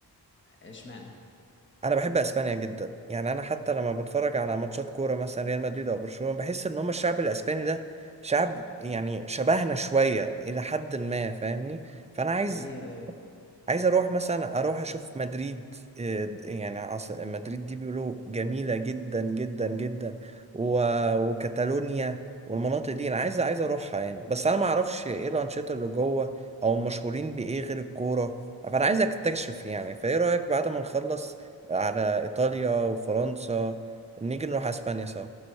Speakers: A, on the left; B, on the right.
A: اشمعنى
B: انا بحب اسبانيا جدا يعني انا حتى لما بتفرج على ماتشات كوره مثلا ريال مدريد او برشلونه بحس ان هم الشعب الاسباني ده شعب يعني شبهنا شويه الى حد ما فاهمني فانا عايز
A: ايوه ايوه
B: عايز اروح مثلا اروح اشوف مدريد إيه، يعني عاص- مدريد دي بيقولوا جميلة جدا جدا جدا و... وكاتالونيا والمناطق دي انا عايز عايز اروحها يعني بس انا ما اعرفش ايه الانشطة اللي جوه او مشهورين بايه غير الكورة فانا عايز اكتشف يعني فايه رأيك بعد ما نخلص على ايطاليا وفرنسا نيجي نروح اسبانيا سوا